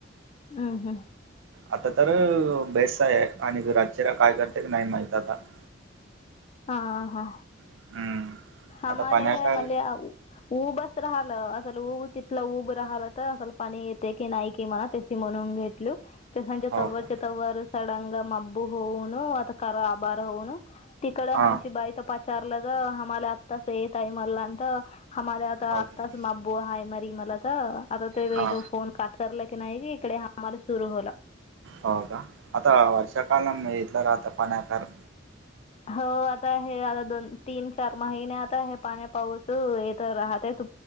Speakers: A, on the left; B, on the right.
A: हम्म हम्म
B: आता तर बेस आहे आणि रातचीरा काय करते की नाही माहित आता <inaudible>
A: हम हा
B: हम्म.
A: आम्हाला
B: आता पाण्याकार
A: म्हण उऊ बस राहिलं <inaudible> असल उऊब तिथलं उऊब राहिलं तर असल पाणी येते की नाही कि म्हणा तस म्हणून घेतल <inaudible> त्या सांच्या
B: हो
A: तव्वरच्या
B: का
A: तव्वर सडंग मब्बू होऊन, आता खरा आभार होऊन तिकडं
B: हा
A: आमची बाई तर पचारलं तर, आम्हाला आत्ताच येत आहे म्हलांत. आमला आता
B: हो
A: आत्ताच
B: का
A: माबू आहेा मारी मला तर आता ते
B: हा
A: फोन काट करला की नाही कि इकडे हमाला सुरू होला.
B: हो का आता वर्षा काल घेतलं राहता पाण्याकर
A: हो आता आहे, आता दोन तीन चार महिने आता आहे, पाण्या पाऊस य तर राहतय तू